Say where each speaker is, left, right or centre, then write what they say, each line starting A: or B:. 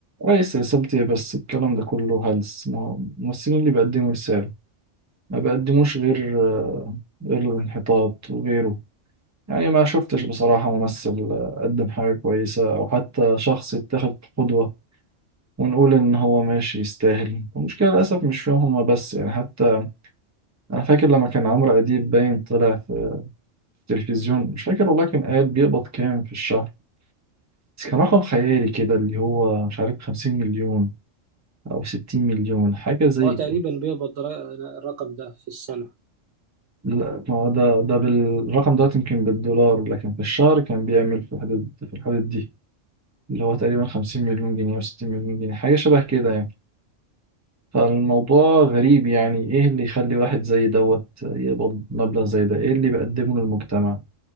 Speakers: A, on the right; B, on the right.
A: رئيس رسالتي إيه بس الكلام ده كله هلس ما- هو الممثلين اللي بيقدموا رسالة ما بيقدموش غير آه، غير الانحطاط وغيره يعني ما شفتش بصراحة ممثل آه، قدم حاجة كويسة أو حتى شخص اتخذ قدوة ونقول إن هو ماشي يستاهل المشكلة للأسف مش فيهم هما بس يعني حتى أنا فاكر لما كان عمرو أديب باين طلع في التلفزيون مش فاكر والله كان قال بيقبض كام في الشهر بس كان رقم خيالي كده اللي هو مش عارف خمسين مليون أو ستين مليون حاجة زي
B: هو تقريبا بيقبض را- الرقم ده في السنة
A: لا ما هو ده ده بالرقم ده يمكن بالدولار لكن في الشهر كان بيعمل في الحدود في الحدود دي اللي هو تقريبا 50 مليون جنيه او 60 مليون جنيه حاجة شبه كده يعني فالموضوع غريب يعني ايه اللي يخلي واحد زي دوت يقبض مبلغ زي ده ايه اللي بيقدمه للمجتمع